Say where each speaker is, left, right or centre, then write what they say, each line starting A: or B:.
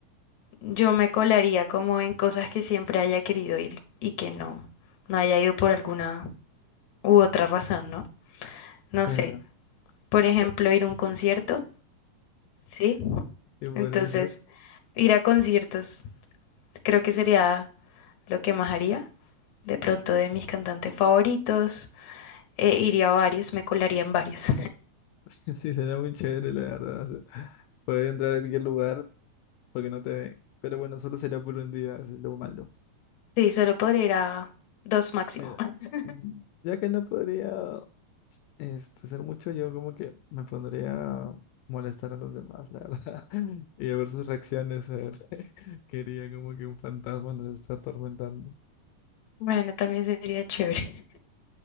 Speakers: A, on the left; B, on the left.
A: yo me colaría como en cosas que siempre haya querido ir y que no, no haya ido por alguna u otra razón, ¿no? No
B: Claro.
A: sé, por ejemplo,
B: <laughs>
A: ir a un concierto, ¿sí?
B: Sí, podría
A: Entonces,
B: ser.
A: ir a conciertos creo que sería lo que más haría. De pronto de mis cantantes favoritos, eh, iría a varios, me colaría en varios.
B: <laughs> Sí, sería muy chévere, la verdad. o sea, poder entrar a cualquier lugar porque no te ven. Pero bueno, solo sería por un día, eso es lo malo.
A: <laughs> Sí, solo podría ir a dos máximo.
B: Mira,
A: <laughs>
B: mm, ya que no podría este, hacer mucho, yo como que me pondría a molestar a los demás, la verdad. <laughs> Y a ver sus reacciones, a ver. <laughs> Quería como que un fantasma nos está atormentando.
A: Bueno, también sería chévere.